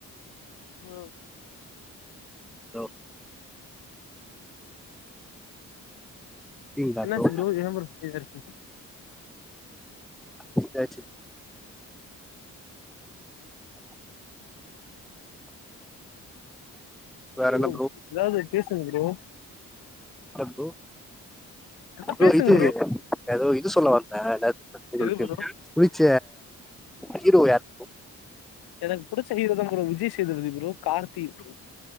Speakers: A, on the left; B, in the centre.
A: ம்
B: ஓ க்கீங்ளா
A: என்னாச்சு
B: ப்ரோ
A: ஏன் ப்ரோ அமைதியா இருக்கீங்க?
B: <unintelligible> வேற
A: ப்ரோ
B: என்ன
A: எதாவ்து பேசுங்க ப்ரோ
B: ப்ரோ
A: ஏதா
B: ப்ரோ
A: பேசுங்க
B: இது எதோ இது சொல்ல வந்த இன்னாத் <unintelligible> உங்களுக்கு
A: எது ப்ரோ?
B: புடிச்ச ஹீரோ யார்
A: எனக் புடிச்ச ஹீரோதா ப்ரோ ஒரு விஜய் சேதுபதி ப்ரோ கார்த்தி ப்ரோ